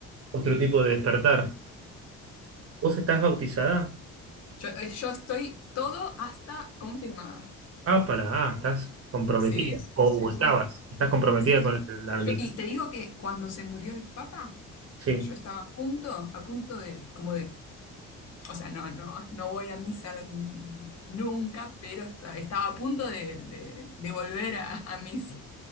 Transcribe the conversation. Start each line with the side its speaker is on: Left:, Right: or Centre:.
Right: otro tipo de despertar. ¿Vos estás bautizada?
Left: Yo, eh, yo estoy todo hasta confirmada.
Right: Ah, para, ah, estás comprometida,
Left: Sí, sí,
Right: o,
Left: sí,
Right: o estabas,
Left: sí.
Right: estás comprometida
Left: Sí.
Right: con la
Left: Yo,
Right: religión.
Left: y te digo que cuando se murió el Papa,
Right: Sí,
Left: yo estaba a punto, a punto de, como de, o sea, no, no, no voy a misa n- nunca, pero esta- estaba a punto de, de- de volver a, a mis,